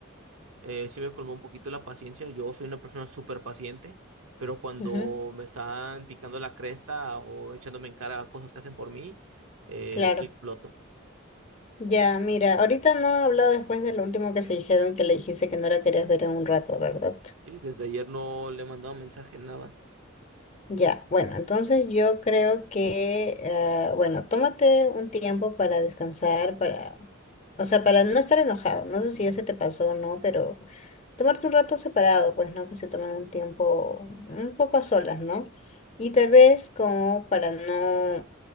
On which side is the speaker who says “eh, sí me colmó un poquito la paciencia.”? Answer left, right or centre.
Right